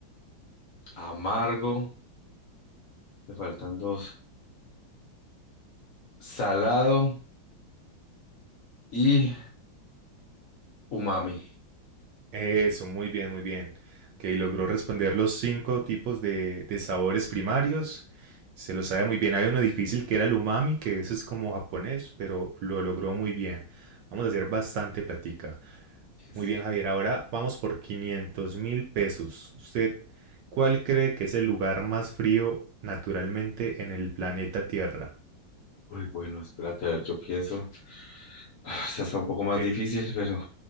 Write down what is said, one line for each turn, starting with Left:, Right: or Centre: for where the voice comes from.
Left: amargo, me faltan dos, salado y umami.
Right: Eso, muy bien, muy bien. Ok, logró responder los cinco tipos de, de sabores primarios. Se lo sabe muy bien. Hay uno difícil que era el umami, que ese es como japonés, pero lo logró muy bien. Vamos a hacer bastante plática.
Left: Eso.
Right: Muy bien, Javier. Ahora vamos por 500 mil pesos. ¿Usted cuál cree que es el lugar más frío naturalmente en el planeta Tierra?
Left: Uy, bueno, espérate, a ver, yo pienso. Ah, Esta está un poco más
Right: Eh,
Left: difícil, pero